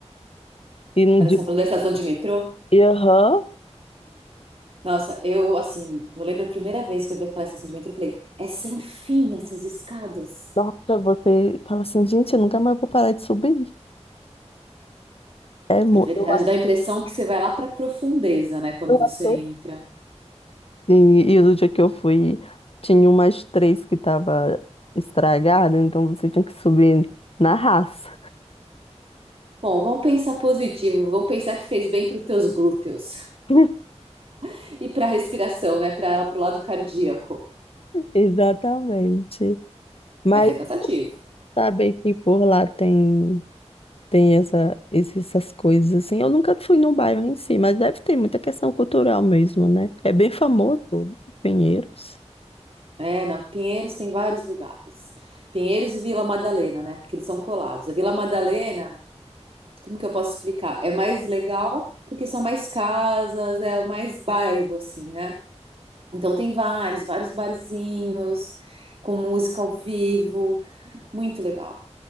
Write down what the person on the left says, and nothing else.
E no
dia.
E aham,
nossa, você fala assim, gente, eu nunca mais vou parar de subir. É, mu-
eu acho
eu
acho
assim. E no dia que eu fui, tinha umas três que tava estragada, então você tinha que subir na raça.
<laughs>
Exatamente. Mas
saber que por lá tem tem essa, esse- essas coisas assim. Eu nunca fui no bairro em si, mas deve ter muita questão cultural mesmo, né? É bem famoso, Pinheiros.